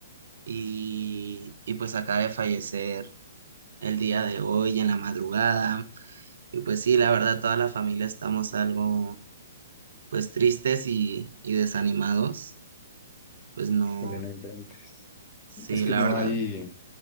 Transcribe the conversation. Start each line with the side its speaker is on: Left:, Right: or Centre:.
Right: y y pues acaba de fallecer el día de hoy en la madrugada. Y pues sí, la verdad, toda la familia estamos algo, pues tristes y, y desanimados. Pues no,
Left: Híjole, no inventes.
Right: sí,
Left: Es que
Right: la
Left: no
Right: verdad.
Left: hay,